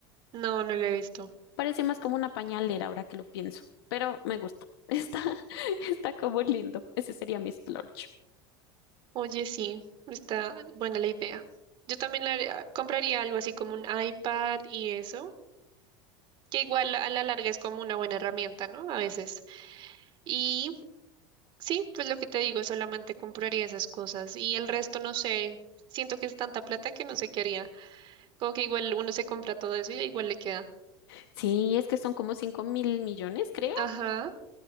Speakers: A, on the right; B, on the left.
A: No, no lo he visto.
B: Parece más como una pañalera ahora que lo pienso, pero me gusta. <laughs> Está, está como lindo. Ese sería mi splurge.
A: Oye, sí, está buena la idea. Yo también la haría- compraría algo así como un iPad y eso, que igual a la larga es como una buena herramienta, ¿no? A veces. y Sí, pues lo que te digo, solamente compraría esas cosas y el resto no sé, siento que es tanta plata que no sé qué haría. Como que igual uno se compra todo eso y igual le queda.
B: Sí, es que son como cinco mil millones, creo.
A: Ajá.